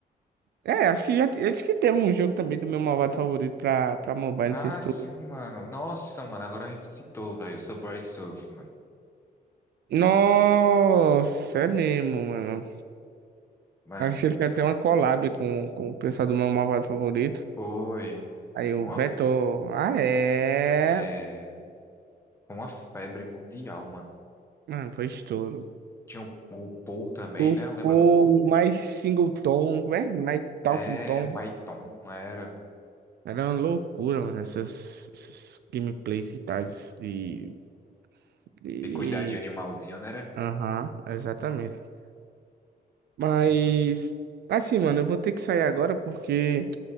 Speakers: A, on the right (about 85°); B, on the left (about 15°).
A: É, acho que já. Acho que teve um jogo também do meu malvado favorito pra, pra mobile,
B: Ah,
A: não sei se tu.
B: sim, mano. Nossa, mano, agora ressuscitou, velho. Eu sou Bryce Surf, mano.
A: Nossa, é mesmo, mano.
B: Mano,
A: Acho que ele tem até uma collab com, com o pessoal do meu malvado favorito.
B: foi
A: Aí o
B: uma,
A: Vetor, ah é.
B: é, uma febre mundial, mano.
A: Mano, foi estouro.
B: Tinha o, o Paul também,
A: Tocou
B: né? Lembra do Paul?
A: mais singleton, né? Mais talking
B: É,
A: tom.
B: Maiton, era.
A: Era uma loucura, mano, essas, essas gameplays e tais de, de...
B: E cuidar de animalzinho, né? Era
A: Aham, exatamente. Mas,
B: muito massa.
A: assim, mano, eu vou ter que sair agora porque